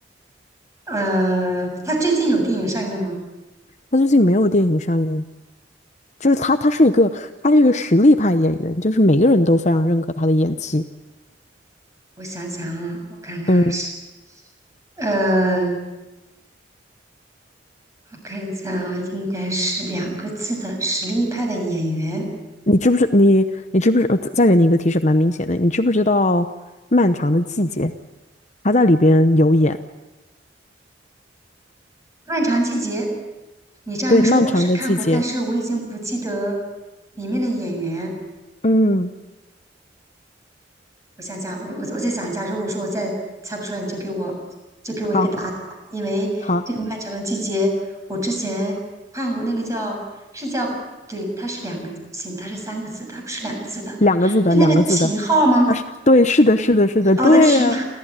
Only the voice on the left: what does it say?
他最近没有电影上映，就是他，他是一个，他是一个实力派演员，就是每个人都非常认可他的演技。
嗯，
你知不知你你知不知？呃再再给你一个提示，蛮明显的，你知不知道《漫长的季节》？他在里边有演，
对，《漫长的季节》。
嗯，
好
好。
两个字的，
两个字的。啊，是，对，是的，是的，是的，
对呀、